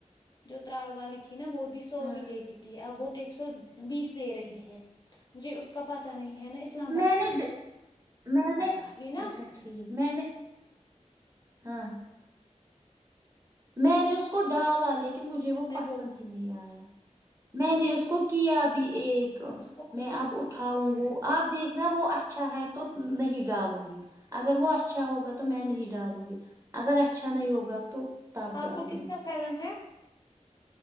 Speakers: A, on the left; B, on the right.
A: جو ترال والی تھی نا وہ بھی سو
B: ہاں
A: ہی لیتی تھی اب وہ ایک سو بیس لے رہی ہے مجھے اس کا پتا نہیں ہے نا اسلام آباد
B: میں نے ڈ- نے
A: کا یہ نا
B: اچھا ٹھیک نے ہاں میں نے اس کو ڈالا لیکن مجھے وہ
A: میں
B: پسند
A: بول
B: ہی نہیں آیا میں نے اس کو کیابھی ایک
A: اس کو
B: میں اب اٹھاؤں گ وہ آپ دیکھنا وہ اچھا ہے تو نہیں ڈالوں گی اگر وہ اچھا ہوگا تو میں نہیں ڈالوں گی اگر اچھا نہیں ہوگا تو تب
A: آپ
B: ڈالوں
A: کو کس
B: گی
A: کا پرن ہے